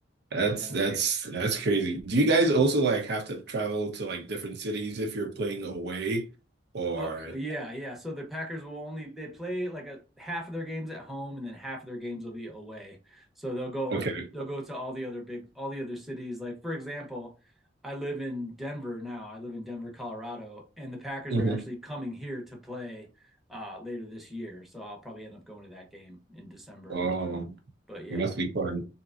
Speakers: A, on the right; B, in the centre.
A: That's
B: Yeah.
A: that's that's crazy. Do you guys also like have to travel to like different cities if you're playing away or
B: Oh yeah, yeah. So the Packers will only they play like a half of their games at home and then half of their games will be away. So they'll go
A: okay.
B: they'll go to all the other big all the other cities. Like for example, I live in Denver now. I live in Denver, Colorado, and the Packers
A: hmm
B: are actually coming here to play uh later this year. So I'll probably end up going to that game in December.
A: Oh,
B: But yeah,
A: it must be fun.